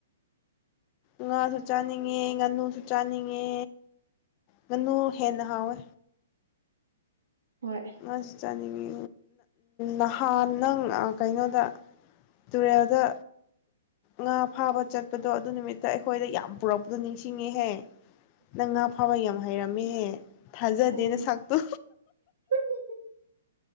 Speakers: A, on the left (about 30°); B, on the right (about 80°).
A: ꯉꯥꯁꯨ ꯆꯥꯅꯤꯡꯉꯦ ꯉꯥꯅꯨꯁꯨ ꯆꯥꯅꯤꯡꯉꯦ ꯃꯅꯨ ꯍꯦꯟꯅ ꯍꯥꯋꯦ
B: ꯍꯣꯏ
A: ꯉꯁꯤ ꯆꯥꯅꯤꯡꯉꯤ ꯅꯍꯥꯟ ꯅꯪ ꯀꯩꯅꯣꯗ ꯇꯨꯔꯦꯜꯗ ꯉꯥ ꯐꯥꯕ ꯆꯠꯄꯗꯣ ꯑꯗꯨ ꯅꯨꯃꯤꯠꯇ ꯑꯩꯈꯣꯏꯗ ꯌꯥꯝ ꯄꯨꯔꯛꯄꯗꯣ ꯅꯤꯡꯁꯤꯡꯉꯤꯍꯦ ꯅꯪ ꯉꯥ ꯐꯥꯕ ꯌꯥꯝ ꯍꯩꯔꯝꯃꯦꯍꯦ ꯊꯥꯖꯗꯦꯅ
B: ꯑꯩ
A: ꯁꯛꯇꯣ
B: <unintelligible>